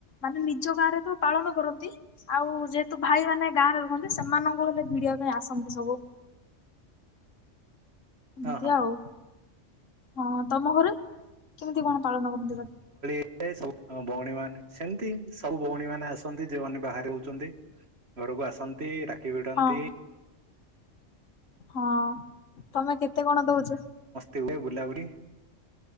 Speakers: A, on the left; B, on the right.
A: ମାନେ ନିଜ ଗାଁ ରେ ତ ପାଳନ କରନ୍ତି ଆଉ ଯେହେତୁ ଭାଇ ମାନେ ଗାଁରେ ରୁହନ୍ତି ସେମାନଙ୍କୁ ହେଲେ ଭିଡିବା ପାଇଁ ଆସନ୍ତି ସବୁ?
B: ହଁ
A: ମତି
B: ହଁ
A: ଆଉ ହଁ ତମ ଘରେ କେମିତି କଣ ପାଳନ କର <unintelligible>
B: ଏ ସବୁ ଭଉଣୀ ମାନ ସେମିତି ସବୁ ଭଉଣୀ ମାନେ ଆସନ୍ତି ଯୋଉମାନୋନ ବାହାରେ ହଉଛନ୍ତି ଘରକୁ ଆସନ୍ତି ରାକ୍ଷୀ ଭିଡ଼
A: ହଁ
B: ନ୍ତି?
A: ହଁ ତମେ କେତେ କଣ ଦଉଛ
B: ତିନ୍ଦେ ବୁର୍ଲା ବୁଡ଼ି